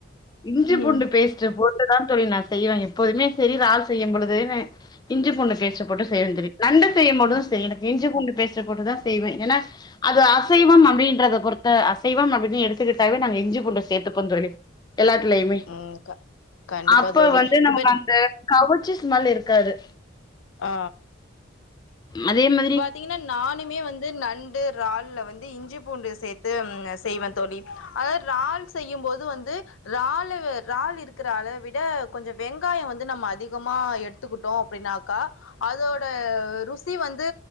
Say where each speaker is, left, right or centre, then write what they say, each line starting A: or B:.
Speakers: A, on the left (about 20°); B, on the left (about 80°).
A: இஞ்சி
B: ம்
A: பூண்டு பேஸ்ட்ட போட் இப்டிதா தோழி நா செய்வே எப்போதுமே செரி றால் செய்யம் பொழுது நா இஞ்சி பூண்டு பேஸ்ட்ட போட்டு செய்வே தோழி நண்டு செய்யும் பொழுது
B: ஆ
A: சரி எனக்கு இஞ்சி பூண்டு பேஸ்ட்ட போட்டுதா செய்வே ஏனா அது அசைவம் அப்டின்றத பொறுத்த அசைவம் அப்டின்னு எடுத்துக்கிட்டாவே நாங்க இஞ்சி பூண்ட சேத்துப்போ தோழி எல்லாத்துலயுமே
B: ம் க கண்டிப்பா
A: அப்ப
B: தோழி
A: வந்து நமக்கு
B: இப்ப
A: அந்த கவுச்சி ஸ்மெல் இருக்காது
B: ஆ
A: அதே மா
B: பாத்தீங்கன்னா நானுமே வந்து நண் டு றால்ல வந்து இஞ்சி பூண்டு சேத்து செய்வே தோழி அதாவது றால் செய்யும்போது வந்து றாலு றால் இருக்கிற அளவ விட கொஞ்ச வெங்காயோ வந்து நம்ம அதிகமாக எடு த்துகிட்டோ அப்டினாக்கா அதோட ருசி வந் து